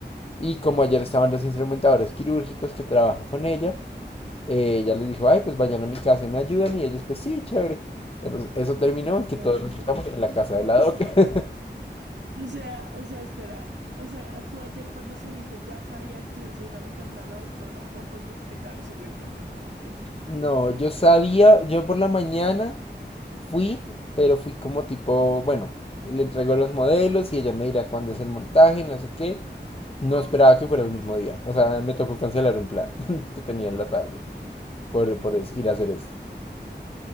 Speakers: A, on the left; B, on the right.
A: Y como ayer estaban los instrumentadores quirúrgicos que trabajan con ella, eh, ya les dijo, ay, pues vayan a mi casa y me ayudan. Y ellos, pues sí, chévere. Entonces, eso terminó en que
B: Oh
A: todos
B: my
A: resultamos
B: God.
A: en la casa de la doca. <laughs>
B: O sea, o sea, espera. O sea, ¿tú ayer cuando saliste ya sabías que ibas a ir a la casa de la doctora o fue como que te avisó en el camino o qué?
A: No, yo sabía, yo por la mañana fui, pero fui como tipo, bueno, le entregó los modelos y ella me dirá cuándo es el montaje, no sé qué. No esperaba que fuera el mismo día. O sea, me tocó cancelar un plan <laughs> que tenía en la tarde por, por es- ir a hacer esto.